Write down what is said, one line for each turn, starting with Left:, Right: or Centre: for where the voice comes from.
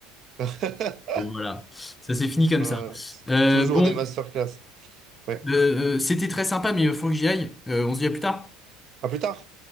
Right: <laughs>
Left: Bon, voilà, ça s'est fini comme
Right: Euh,
Left: ça. Euh,
Right: toujours
Left: bon,
Right: des masterclass. Ouais.
Left: euh, euh, c'était très sympa, mais il faut que j'y aille. Euh, on se dit à plus tard.
Right: À plus tard.